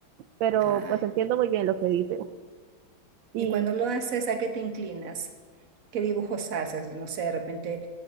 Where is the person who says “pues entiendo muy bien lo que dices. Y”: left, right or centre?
Right